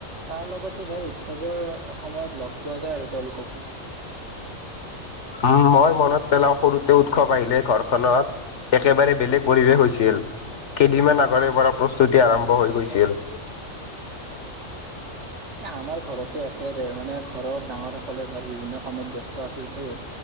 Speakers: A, on the right; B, on the left.
A: তাৰ লগতো ধৰ উৎসৱৰ সময়ত লগ পোৱা যায় আৰু তেওঁলোককো।
B: উম, মই মনত পেলাও সৰুতে উৎসৱ আহিলে ঘৰখনত একেবাৰে বেলেগ পৰিৱেশ হৈছিল। কেইদিনমান আগৰে পৰা প্ৰস্তুতি আৰম্ভ হৈ গৈছিল।
A: এ' আমাৰ ঘৰতো একেৰে মানে ঘৰত ডাঙৰ সকলে ধৰ বিভিন্ন কামত ব্যস্ত আছিলতো!